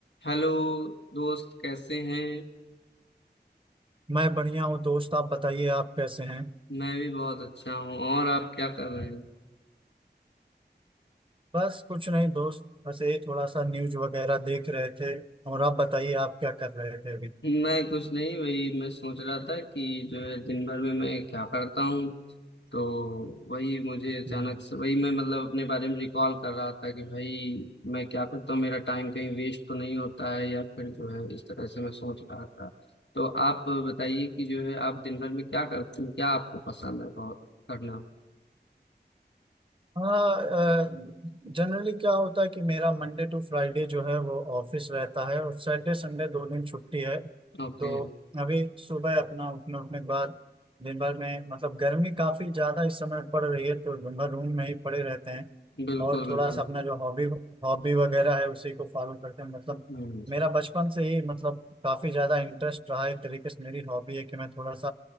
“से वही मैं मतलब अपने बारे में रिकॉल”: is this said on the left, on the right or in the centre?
Left